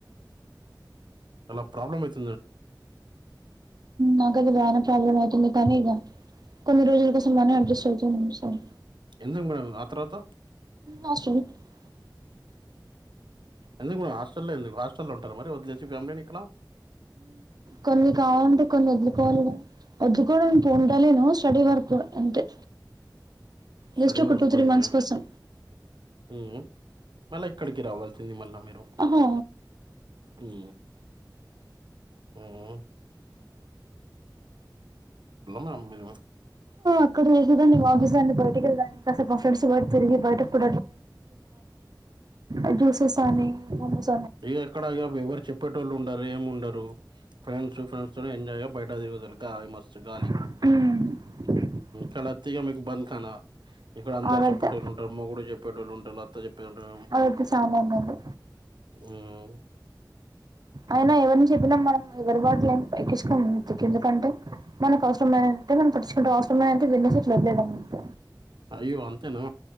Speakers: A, on the right; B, on the right.
A: ఎలా ప్రాబ్లమ్ అయితే
B: నాకు ఆది బాగానే ప్రాబ్లమ్ అయితుంది. కానీ ఇగా కొన్ని రోజుల కోసం మనం అడ్జస్ట్ అవుతం. సార్
A: ఎందుకు మేడం ఆ తర్వాత
B: హాస్టల్
A: ఎందుకు మేడామ్ హాస్టల్ లో ఎందుకు హాస్టల్లో ఉంటార మరి వదిలేసి ఫ్యామిలీని ఇక్కడ
B: కొన్ని కావాలంటే కొన్ని వదులుకోవాలి కదా వదులుకోవడనీకి ఉండలేను. స్టడీ వరకు అంతే
A: స్టడీ
B: జస్ట్ ఒక
A: వర్క్ గురించ
B: మంత్స్ కోసం.
A: హ్ మళ్ళ ఇక్కడికె రావాలీ సింది మల్ల మీరు
B: ఆహా!
A: హ్ హ్ మనం మీరు?
B: అక్కడ కుదరదు అండి. ఆఫిస్ అండి బయటకు వెళ్ళడానికి అసలు మా ఫ్రెండ్స్ బయాటికి తిరిగి బయటకు <unintelligible> జ్యూసెస్ కని సమోసా
A: ఇగా ఆక్కడ ఎవరు చెప్పేటోళ్ళు ఉండరు. ఏం ఉండరు ఫ్రెండ్స్ ఫ్రెండ్స్ తో ఎంజాయ్ బయట తిరుగుతారు గాలి మస్తు గాలి
B: హ్
A: కలత్తి గా మీకు బంద్ కానా ఇక్కడ అందరు
B: అదైతే
A: చెప్పేటోళ్ళు ఉంటారు. అమ్మ కూడా చెప్పేటోళ్ళు ఉంటారు. అత్త చెప్పే ఉంటారు.
B: అదైతే చానా ఉందండి.
A: హ్
B: అయినా ఎవరి గురించి చెప్పినా మనం ఎవరి వాళ్ళు ఏం ఎక్కించుకోవద్దు. ఎందుకంటే మనకు అవసరమైనంతే మనం పట్టిచ్చుకుంటం అవసరం లేనంటే ఎన్ని సీట్లు ఇవ్వలేదు. అంత
A: అయ్యో అంతేనా